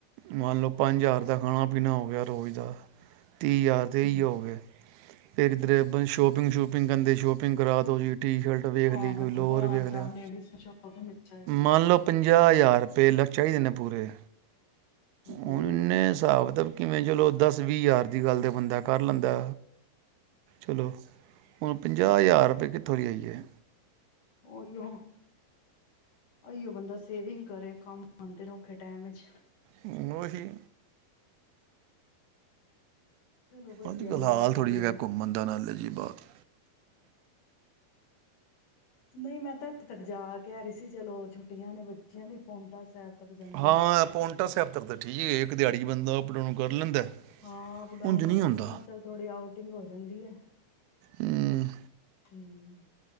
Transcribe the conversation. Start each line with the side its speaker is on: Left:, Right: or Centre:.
Right: ਮੰਨ ਲਓ ਪੰਜ ਹਜ਼ਾਰ ਦਾ ਖਾਣਾ-ਪੀਣਾ ਹੋ ਗਿਆ ਰੋਜ਼ ਦਾ। ਤੀਹ ਹਜ਼ਾਰ ਦੇ
Left: ਹਾਂਜੀ
Right: ਹੀ ਹੋ ਗਏ। ਫਿਰ ਰੇ ਸ਼ੋਪਿੰਗ ਸੂਪਿੰਗ ਕਦੇ ਸ਼ੋਪਿੰਗ ਕਰਾ ਦੋ ਜੀ। ਟੀ ਸ਼ਰਟ ਵੇਖ
Left: ਹਾਂ
Right: ਲਈ, ਕੋਈ
Left: ਫਿਰ
Right: ਲੋਅਰ
Left: ਬਾਹਰ
Right: ਵੇਖ
Left: ਜਾਓ
Right: ਲਿਆ
Left: ਲੇਡੀਜ਼ ਸ਼ੋਪਿੰਗ ਚਾਹੀਦੀ
Right: ਮੰਨ ਲਓ ਪੰਜਾਹ ਹਜ਼ਾਰ ਰੁਪਏ ਲੱਖ ਚਾਹੀਦੇ ਨੇ ਪੂਰੇ।
Left: ਹਮ
Right: ਹੁਣ ਇੰਨੇ ਹਿਸਾਬ ਦਾ ਕਿਵੇਂ ਚਲੋ ਦਸ, ਵੀਹ ਹਜ਼ਾਰ ਦੀ ਗੱਲ ਤੇ ਬੰਦਾ ਕਰ ਲੈਂਦਾ ਚਲੋ। ਹੁਣ ਪੰਜਾਹ ਹਜ਼ਾਰ ਰੁਪਏ ਕਿੱਥੋਂ ਲਿਆਈਏ।
Left: ਓਹੀਓ ਅਹੀਓ ਬੰਦਾ ਸੇਵਿੰਗ ਕਰੇ। ਕੰਮ ਆਉਂਦੇ ਔਖੇ ਟਾਈਮ ਵਿੱਚ।
Right: ਉਹ ਹੀ।
Left: ਚਲੋ ਵਧੀਆ
Right: ਅੱਜ ਕੱਲ
Left: ਬਹੁਤ
Right: ਹਾਲ
Left: ਵਧੀਆ
Right: ਥੋੜ੍ਹੀ ਹੈਗਾ ਘੁੰਮਣ ਦਾ ਨਾਲੇ ਜੀ ਬਾਰ।
Left: ਨਹੀਂ ਮੈਂ ਤਾਂ ਇੱਥੇ ਤੱਕ ਜਾ ਕਹਿ ਰਹੀ ਸੀ ਚਲੋ ਛੁੱਟੀਆਂ ਨੇ ਬੱਚਿਆਂ ਦੀ ਪੋਂਟਾ ਸਾਹਿਬ ਤੱਕ ਜਾਂਦੇ
Right: ਹਾਂ ਪੋਂਟਾ ਸਾਹਿਬ ਤਾਂ ਠੀਕ ਹੈ ਇੱਕ ਦਿਹਾੜੀ ਬੰਦਾ ਪ੍ਰੋਗਰਾਮ ਕਰ ਲੈਂਦਾ।
Left: ਹਾਂ ਅਪ ਡਾਊਨ
Right: ਉਂਝ ਨਹੀਂ
Left: ਹੋ ਜਾਂਦਾ
Right: ਹੁੰਦਾ
Left: ਚੱਲ ਥੋੜੀ ਆਊਟਿੰਗ ਹੋ ਜਾਂਦੀ ਹੈ
Right: ਹੂੰ
Left: ਹਮ।